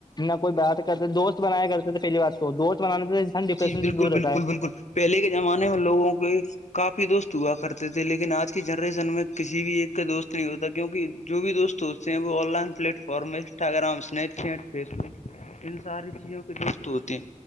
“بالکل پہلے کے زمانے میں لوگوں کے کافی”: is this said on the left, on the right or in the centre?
Left